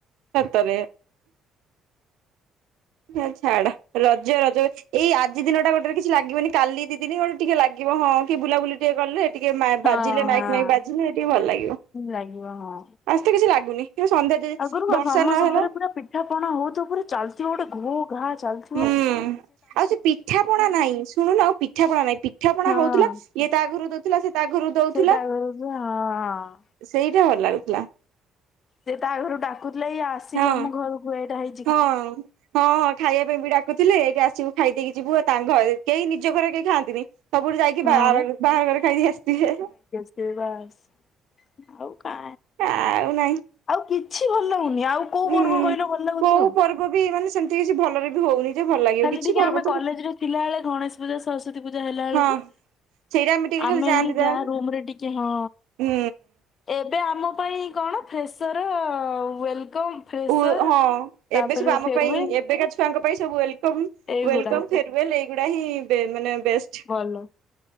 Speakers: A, on the right; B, on the left.
A: ସତରେ। ହେରା ଛାଡ ରଜ ରଜ ଏଇ ଆଜି ଦିନ ଟା ଗୋଟେରେ କିଛି ଲାଗିବନି କାଲି ଦି ଦିନି ଗୋଟେ ଟିକେ ଲାଗି ହଁ କିଏ ବୁଲାବୁଲି ଟିକେ କଲେ ଟିକେ
B: ହଁ
A: ବାଜିଲେ
B: ହଁ
A: ମାଇକି ମାଇକି ବାଜିଲେ ସେ ଟିକେ ଭଲ ଲାଗିବ।
B: ଲାଗିବ ହଁ
A: ଆଜି ତ କିଛି ଲାଗୁନି ସନ୍ଧ୍ୟା
B: ଆଗୁରୁ କଣ
A: ବର୍ଷା
B: ସମ
A: ନହେଲା
B: ସମଘରେ ପୁରା ପି ପିଠା ପଣା ହଉଥିବ ପୁରା ଚାଲିଥିବ ଗୋଟେ ଘୁ ଘା ଚାଲ
A: ହୁଁ ଆଉ ସେ ପିଠାପଣା ନାଇଁ ଶୁଣୁନ ଆଉ ପିଠା ପଣା ନାହିଁ ପିଠା
B: ହଁ
A: ପଣା ହଉଥିଲା। ଇଏ ତା ଘରୁ ଦଉଥିଲା ସେ ତା ଘରୁ ଦଉଥିଲା
B: ସେ ତା ଘରକୁ ହଁ।
A: ସେଇଟା ଭଲ ଲାଗୁଥିଲା।
B: ସେ ତା ଘରୁ ଡାକୁଥିଲେ ଏଇ ଆସିବୁ
A: ହଁ
B: ଆମ ଘରକୁ ଏଇଟା ହେଇ
A: ହଁ। ହଁ ଖାଇବା ପାଇଁ ବି ଡାକୁଥିଲେ ଏଇଢେ ଆସିବୁ ଖାଇ ଦେଇକି ଯିବୁ ଆଉ ତାଙ୍କ ଘରେ କେହି ନିଜ ଘରେ କେହି ଖାଆନ୍ତିନି। ସବୁଠୁ ଯାଇକି
B: ହଁ
A: ବାହାର ବାହାଘର ଖାଇକି ଆସିଥିବେ।
B: ଏ ବାସ୍ ଆଉ କା
A: ଆଉ ନାଇଁ।
B: ଆଉ କିଛି ଭଲ ଲାଗୁନି ଆଉ। କୋଉ
A: ହୁଁ
B: ପର୍ବ କହିଲ ଭଲ ଲାଗୁଛି
A: କୋଉ
B: ଆଉ।
A: ପର୍ବ ବି ମାନେ ସେମିତି କିଛି ଭଲରେ ବି ହଉନି। ଯେ ଭଲ ଲାଗିବ
B: ଖାଲି
A: କିଛି
B: ଟିକେ
A: ପର୍ବ
B: ଆମେ
A: ତ
B: କଲେଜରେ ଥିଲାବେଳେ ଗଣେଶ ପୂଜା ସରସ୍ଵତୀ ପୂଜା ହେଲା
A: ହଁ
B: ବେଳକୁ।
A: ସେଇଟା ଟିକେ
B: ଆମେ
A: ଖାଲି ଯାଆନ୍ତି
B: ହିଁ
A: ଯା
B: ଯାହା ରୁମ୍ ରେ ଟିକେ ହଁ।
A: ହୁଁ
B: ଏବେ ଆମ ପାଇଁ କଣ ଫ୍ରେସର ୱେଲକମ୍। ଫ୍ରେସର
A: ଉ ହଁ
B: ତାପରେ
A: ଏବେ ସବୁ ଆମ
B: ଫେରୱେଲ
A: ପାଇଁ ଏବେକା ଛୁ ଛଆଙ୍କ ପାଇଁ ସବୁ ୱେଲକମ
B: ଏଇଗୁଡା
A: ୱେଲକମ ଫେରଓ୍ୱେଲ୍ ଏଇଗୁଡା ହିଁ ମାନେ ବେଷ୍ଟ
B: ଭଲ